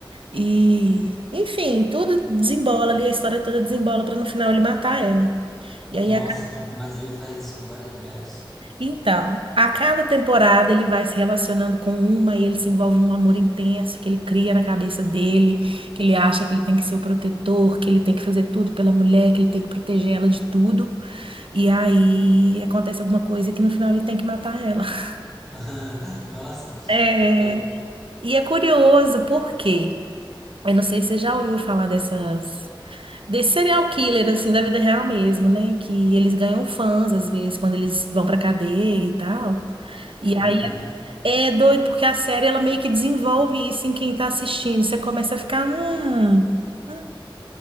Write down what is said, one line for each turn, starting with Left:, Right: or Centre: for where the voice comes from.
Right: E, enfim, tudo desembola ali, a história toda desembola pra no final ele matar ela. E aí
Centre: Nossa, tipo, mas ele faz isso com várias mulheres?
Right: então, a cada temporada ele vai se relacionando com uma e ele se envolve num amor intenso que ele cria na cabeça dele, que ele acha que ele tem que ser o protetor, que ele tem que fazer tudo pela mulher, que ele tem que proteger ela de tudo. E aí acontece alguma coisa que no final ele tem que matar ela. <laughs>
Centre: <laughs> Nossa,
Right: É,
Centre: é,
Right: e é curioso porque, eu não sei se você já ouviu falar dessas, desse serial killer, assim, da vida real mesmo, né? Que eles ganham fãs, às vezes, quando eles vão pra cadeia e tal.
Centre: tá
Right: E
Centre: doido.
Right: aí É doido, porque a série ela meio que desenvolve isso em quem tá assistindo. Você começa a ficar, hum, hum,